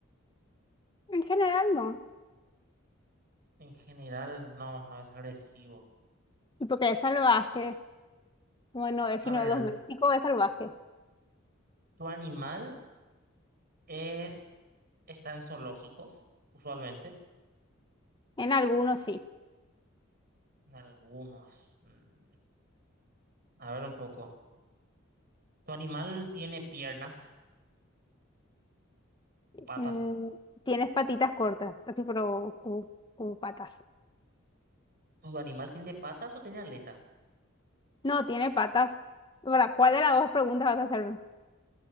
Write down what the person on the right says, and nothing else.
En general, no, no es agresivo.
A
ver,
¿tu animal es, está en zoológicos? Usualmente,
en algunos. mm, A ver un poco. ¿Tu animal tiene piernas o patas?
¿Tu animal tiene patas o tiene aletas?